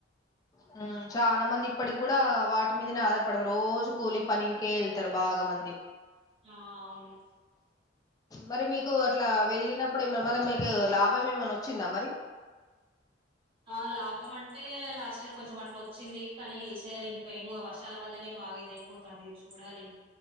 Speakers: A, on the left; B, on the right.
A: హ్మ్ చాలా మంది ఇప్పటిగ్గుడా వాటి మీదనే ఆధారపడతరు రోజు కూలి పనికే ఎల్ తరు బాగా మంది
B: ఆ అవును
A: మరి మీకు అట్లా వెళ్ళినప్పుడు ఏమన మరి మీకు లాభం ఏమైనా వచ్చిందా మరి?
B: ఆ లాభం అంటే లాస్ట్ ఇయర్ కొంచెం అట్ల ఒచ్చింది కానీసారి ఇంక ఏమో వర్ష పల వల్లనే బాగా ఇది అయిపోతాందిది చూడాలిం